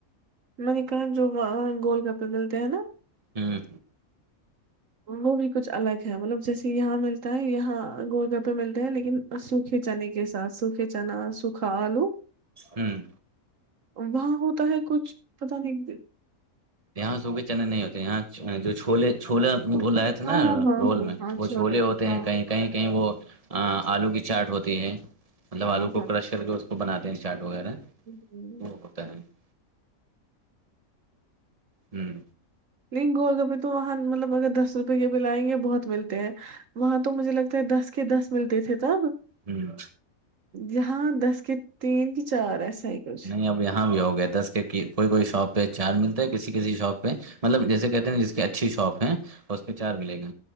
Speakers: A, on the right; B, on the right.
A: میں نے کہاں جو وہ گول گپے ملتے ہیں نا
B: ہاں
A: وہ بھی کچھ الگ ہے مطلب جیسے یہاں ملتا ہے یہاں گول گا پہ ملتے ہیں لیکن سوکھے چنے کے ساتھ سوکھے چنا سوکھا آلو
B: ہوں
A: وہاں ہوتا ہے کچھ پتا نہیں
B: یہاں سے ہو کے چنے نہیں ہوتے یہاں جو چھوے چھولا بول رہ ہے
A: ہاں
B: نا
A: ہاں
B: رول
A: ہاں
B: میں
A: ہاں
B: وہ چھولے ہوتے
A: ہاں
B: ہیں کہیں کہیں کہیں وہ آلو کی چاٹ ہوتی ہے مطلب
A: ہاں
B: آلو کو کرش کر کے اس کو بناتے ہیں چاٹ وغیرہ
A: ج <inaudible>
B: کرتا ہیں <unintelligible> ہوں
A: لیکن گول گپی تو وہاں مطلب اگر دس روپے کے بل آئیں گے بہت ملتے ہیں وہاں تو مجھے لگتا ہے دس کے دس ملتے تھے تب
B: ہوں
A: یہاں دس کے تین کی چار ایسا ہی کچھ
B: نہیں اب یہاں بھی ہو گیا تھاس کہ کوئی کوئی شاپ پہ چار ملتا ہے کسی کسی شاپ پہ مطلب جیسے کہتے ہیں ن جس کی اچھی شاپ ہے اس پہ چار ملے گا